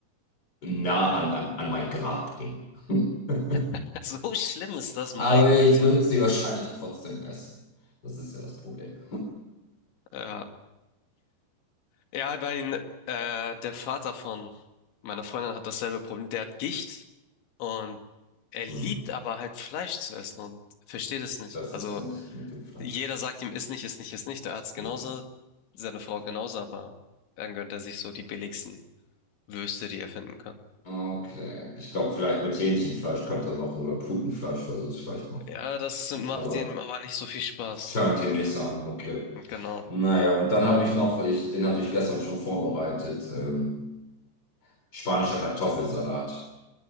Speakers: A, on the left (about 25°); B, on the left (about 85°).
A: nah an, an, an mein Grab bringen. <laughs>
B: <laughs> So schlimm ist das, meine
A: Aber ich
B: Güte.
A: würde sie wahrscheinlich trotzdem essen. Das ist ja das Problem.
B: Ja. Ja, bei ihn, äh, der Vater von meiner Freundin hat dasselbe Problem. Der hat Gicht und er liebt
A: Hm,
B: aber halt Fleisch zu essen und versteht es nicht.
A: Das
B: Also
A: ist nicht mit dem Fleisch.
B: jeder sagt ihm, iss nicht, iss nicht, iss nicht. Der Arzt genauso,
A: Hm.
B: seine Frau genauso, aber dann gönnt er sich so die billigsten Würste, die er finden kann.
A: Okay. Ich glaube, vielleicht mit Hähnchenfleisch könnte er noch oder Putenfleisch oder so ist vielleicht noch.
B: Ja, das macht
A: Aber
B: ihm aber nicht so viel Spaß,
A: turnt
B: auf jeden
A: ihr nicht
B: Fall.
A: so an, okay.
B: Und genau.
A: Naja, und dann habe ich noch, ich, den hatte ich gestern schon vorbereitet, ähm, spanischer Kartoffelsalat.